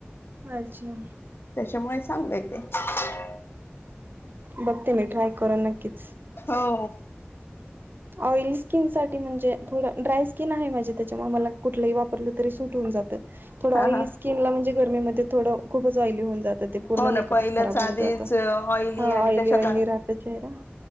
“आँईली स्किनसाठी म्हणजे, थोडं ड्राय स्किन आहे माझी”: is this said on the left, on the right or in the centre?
Right